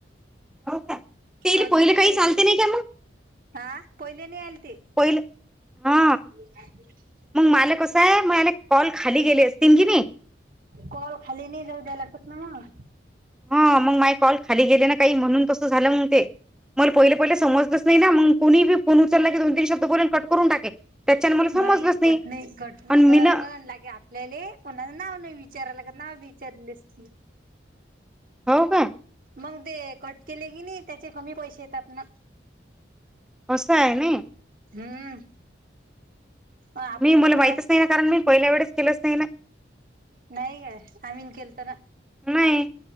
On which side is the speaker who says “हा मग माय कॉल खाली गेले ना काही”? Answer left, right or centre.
Centre